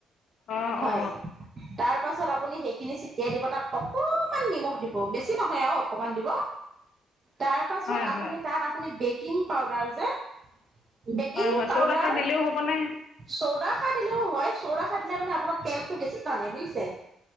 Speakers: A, on the left; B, on the right.
A: অ'
B: হয়,
A: অ'
B: তাৰপিছত আপুনি সেইখিনি চেটিয়াই দিব তাত অকমান নিমখ দিব বেছি নহয়, আৰু অকমান দিব। তাৰ পাছত
A: হয়
B: আপুনি
A: হয়
B: তাত আপুনি বেকিং পাউদাৰ যে বেকিং
A: হয় হয়
B: পাউদাৰ,
A: চৌদাখাৰ দিলেও হ'বনে
B: চৌডা খা দিলেও হয় চৌৰাখা দিলে মানে আপোনাৰ তেলতটো বেছি টানে বুজিছে?